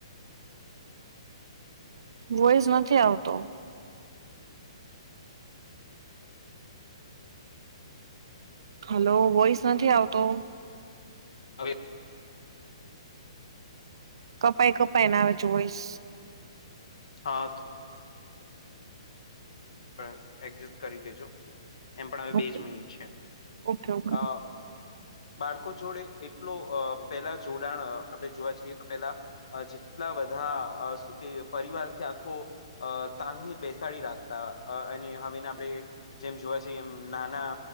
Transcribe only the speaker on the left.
હવે
હા. પણ એડજસ્ટ કરી લેજો. એમ પણ હવે, બે
જ મિનિટ છે.
અ બાળકો જોડે એટલો પેલા જોડાણ આપણે જોવા જઈએ તો પેલા જેટલા બધા શું કે પરિવારથી આખો તાલમીર બેસાડી રાખ હવેના આપણે જેમ જોવા છીએ એમ નાના